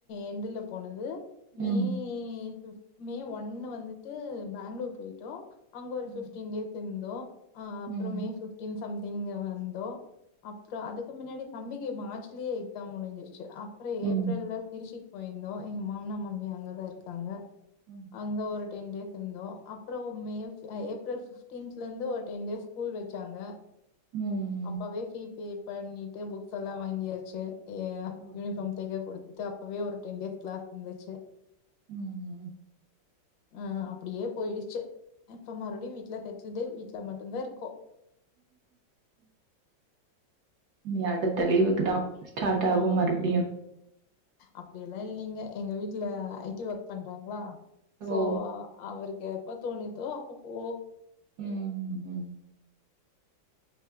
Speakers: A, on the left; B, on the right.
A: எண்டுல போனது மே
B: ம்
A: ஃபி மே ஒன்னு வந்துட்டு பேங்ளூர் போயிட்டோ அங்க ஒரு
B: ம்
A: ஃபிஃப்டீன் டேஸ் இருந்தோ அ அப்புறம்
B: ம்
A: மே ஃபிஃப்டீன் சம்திங் இங்க வந்தோ அப்புற அதுக்கு முன்னாடி தம்பிக்கு மார்ச்லயே எக்ஸாம் முடிஞ்சிருச்சு அப்புற
B: ம் ம்
A: ஏப்ரல்ல திருச்சி போயிருந்தோ எங்க மாமனா மாமியா அங்கதா இருக்காங்க
B: ம்
A: அங்கே ஒரு டென் டேஸ் இருந்தோ அப்புற மே அ ஏப்ரல் சிக்ஸ்டீன்ல இருந்து ஒரு டென் டேஸ் ஸ்கூல் வச்சாங்க
B: ம்
A: அப்பவே ஃபீ பே பண்ணிட்டு புக்ஸ் எல்லா வாங்கியாச்சு எ
B: ஓகே
A: யூனிஃபார்ம் தெக்க குடுத்துட்டு அப்பவே ஒரு டென் டேஸ் கிளாஸ் இருந்துச்சு
B: ம் ம்
A: அ அப்டியே போயிடுச்சு இப்ப மறுபடியு வீட்டு்ல செட்டுல்டு வீட்டுல மட்டுதா இருக்கோ
B: இனி அடுத்த லீவுக்கு தா ஸ்டார்ட் ஆகும்
A: ஆமா
B: மறுபடியு
A: அப்டி எல்லாம இல்லைங்க எங்க வீட்டுல ஐ டி ஒர்க் பண்றாங்களா சோ
B: ஓ
A: அவருக்கு எப்ப தோணுதோ அப்ப போ
B: ம் ம்